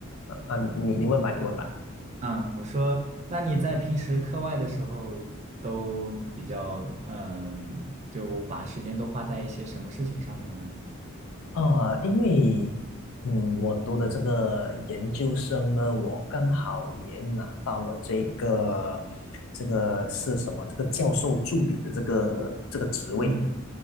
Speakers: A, on the left; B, on the right.
A: 呃呃，你你问吧，你问吧。
B: 呃嗯，我说，那你在平时课外的时候都比较，嗯，就把时间都花在一些什么事情上面呢？
A: 啊，因为嗯，我读的这个研究生呢，我刚好也拿到了这个这个是什么？这个教授助理的这个这个职位。
B: 嗯